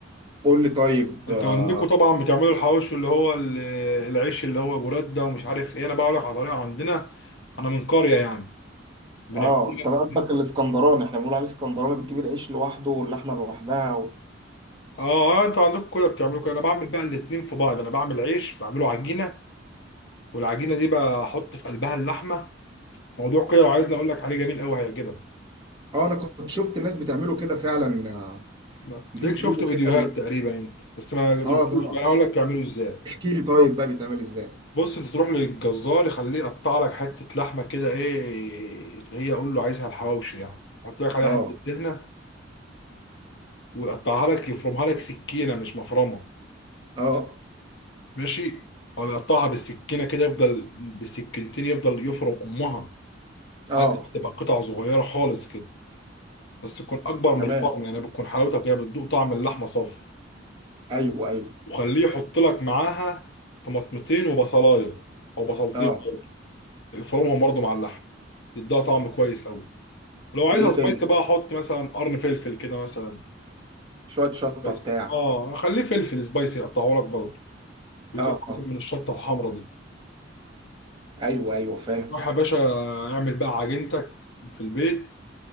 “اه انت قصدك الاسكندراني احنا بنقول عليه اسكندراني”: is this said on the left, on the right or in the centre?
Right